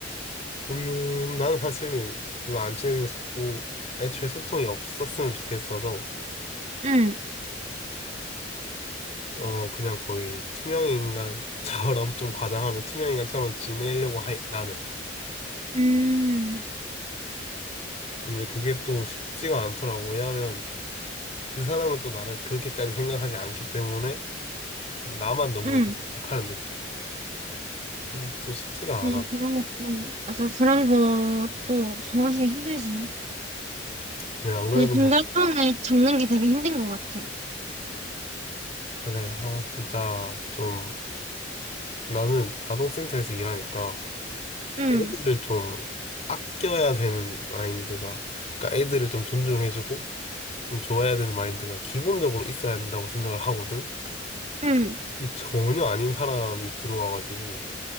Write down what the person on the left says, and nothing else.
음, 난 사실은 별로 안 친해지고 싶고, 애초에 소통이 없었으면 좋겠어서,
어, 그냥 거의 투명인간처럼, <laughs> 좀 과장하면 투명인간처럼 지내려고 해, 나는.
근데 그게 또 쉽지가 않더라고. 왜냐하면 그 사람은 또 나를 그렇게까지 생각하지 않기 때문에, 좀 나만 너무
이렇게 착하는 느낌. 그래서 또 쉽지가
않아.
그냥 안 그래도,
그래, 아, 진짜 좀, 나는 아동센터에서 일하니까,
애들을 좀 아껴야 되는 마인드가, 그러니까 애들을 좀 존중해주고 좀 좋아해야 되는 마인드가 기본적으로 있어야 된다고 생각을 하거든.
근데 전혀 아닌 사람이 들어와가지고